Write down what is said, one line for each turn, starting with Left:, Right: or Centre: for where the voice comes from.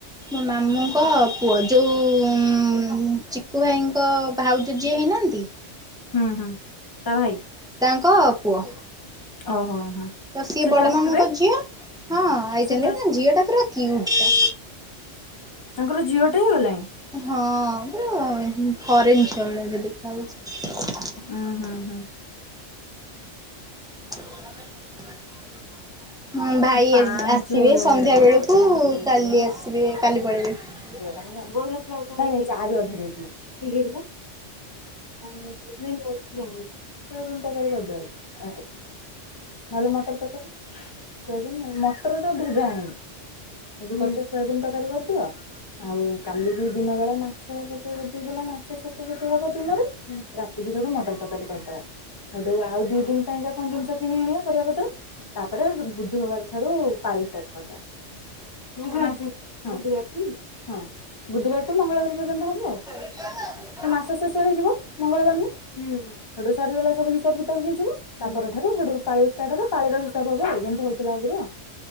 Centre: ମୋ ମାମୁଁଙ୍କ ପୁଅ ଯୋଉ ଚିକୁୁ ଭାଇଙ୍କ ଭାଉଜ ଯିଏ ହେଇନି ଛନ୍ତି।
Left: ହୁଁ ହୁଁ ତା ଭାଇ।
Centre: ଙ୍କ ପୁଅ।
Left: ଓହୋ।
Centre: ତ ସିଏ
Left: ସେ
Centre: ବଡ
Left: ଆସିଥିବେ
Centre: ମାମୁଙ୍କ ଝିଅ ହଁ ଆଇଛନ୍ତି
Left: ସେ ତ
Centre: ଝିଅ ଟା ପୁରା କିଉଟ ଟା।
Left: ତାଙ୍କର ଝିଅଟେ ହେଇ ଗଲାଣି?
Centre: ହଁ ପୁରା ଉ ଫରେନ୍ ଛୁଆ ଭଳିଆ ସେ ଦେଖାଯାଉଛି।
Left: ଉୁଁ ହୁଁ ହୁଁ।
Centre: <inaudible> <inaudible> ହଁ ଭାଇ
Left: ପାଞ୍ଚ
Centre: ଆଜି ଆସିବେ ସନ୍ଧ୍ୟା ବେଳକୁ
Left: ପାଞ୍ଚ ଦେଇଥିଲେ
Centre: କାଲି ଆସିବେ କାଲି ପଳେଇବେ।
Left: ଥିଲା ଚାରି ଅଧ ଦେଇଥିଲା ଠିକ ହେଇଥିଲା। <unintelligible> ନହେଲେ ମଟର ତରକାରୀ ସେ ମଟର ତରକାରୀ ଭେଦା ହେଇନି ଯଦି ପାରୁଛ ସୋୟାବିନ ତରକାରି କରିଦିଅ। ଆଉ କାଲିକି ଦିନ ବେଳା ମାଛ ଦେଇ <unintelligible> ଦେଲାନା। ସେ ଛ ଫତୁ ହବ ଦିନରେ ରାତିକି ସେଇଟୁ ମଟର ତରକାରୀ କରିଦବା ସେଠୁ ଆଉ ଦି ଦିନ ରେ କଣ ଜିନିଷ କିଣି ଆଣିବା ପରିବାପତ୍ର ତାପରେ ବୁଧବାର ଠାରୁ ପାଳି ଷ୍ଟାର୍ଟ କରିଦେବା। ବୁଧବାରୁ ବୁଧବାର ଠୁ ମଙ୍ଗଳବାର ପର୍ଯ୍ୟନ୍ତ ହବ ଆଉ।
Centre: <unintelligible>
Left: ଶେଷ ଶେଷ ହେଇଯିବ ମଙ୍ଗଳବାର ଦିନ ସେଟୁ ସରିଗଲା ସବୁ ହିସାବ କିତାବ ହେଇଯିବ। ପର ଠାରୁ ସେଠୁ ପାଳି ଷ୍ଟାର୍ଟହବ ପାଳିର ହିସାବ ହବ ଯେମତି ହଉଥିଲା ଆଗରୁ।